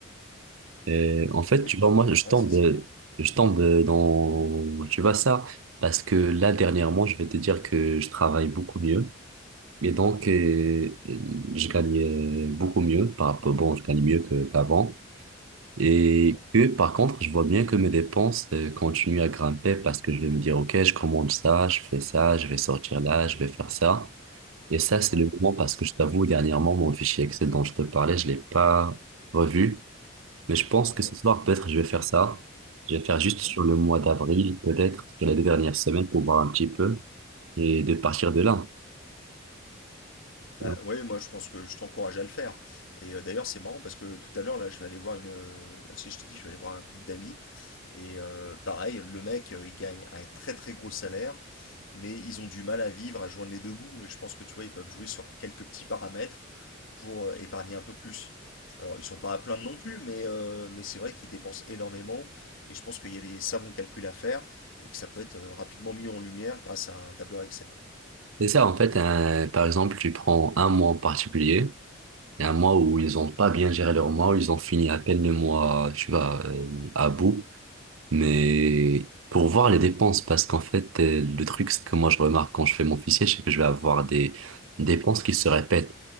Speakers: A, on the right (about 85°); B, on the left (about 80°).
A: Et en fait,
B: Oui,
A: tu vois, moi, je
B: ouais,
A: tombe,
B: ça c'est clair.
A: je tombe dans, tu vois ça, parce que là, dernièrement, je vais te dire que je travaille beaucoup mieux. Et donc, euh, je gagnais beaucoup mieux par rapport, bon, je gagne mieux
B: Mhm.
A: que- qu'avant. Et
B: Ouais,
A: que, par contre, je vois bien que mes dépenses, euh, continuent à grimper parce que je vais me dire, OK, je commande ça, je fais ça, je vais sortir là, je vais faire ça. Et ça, c'est
B: ouais,
A: le moment parce que je t'avoue, dernièrement, mon fichier Excel dont je te parlais, je l'ai pas revu. Mais je pense
B: ouais.
A: que ce soir, peut-être, je vais faire ça. Je vais faire juste
B: Mhm.
A: sur le mois d'avril, peut-être, sur les deux dernières semaines pour voir un petit peu et de partir de là. tu
B: Bah,
A: vois.
B: ouais, moi je pense que je t'encourage à le faire. Et euh, d'ailleurs, c'est marrant parce que tout à l'heure, là, je vais aller voir une. euh, tu sais, je t'ai dit, je vais aller voir un couple d'amis. Et euh, pareil, le mec, euh, il gagne un très très gros salaire, mais ils ont du mal à vivre, à joindre les deux bouts. Et je pense que tu vois, ils peuvent jouer sur quelques petits paramètres pour euh, épargner un peu plus. Alors, ils sont pas à plaindre non plus, mais, euh, mais c'est vrai qu'ils dépensent énormément. Et je pense qu'il y a des savants calculs à faire et que ça peut être euh, rapidement mis en lumière grâce à un tableur Excel.
A: C'est ça, en fait, un- par exemple, tu prends un mois en particulier, et un mois où ils ont pas bien géré leur mois, où ils ont fini à peine le mois, tu vois, euh, à bout, mais pour voir les dépenses, parce qu'en fait, euh, le truc, c'est que moi, je remarque quand je fais mon fichier, c'est que je vais avoir des dépenses qui se répètent.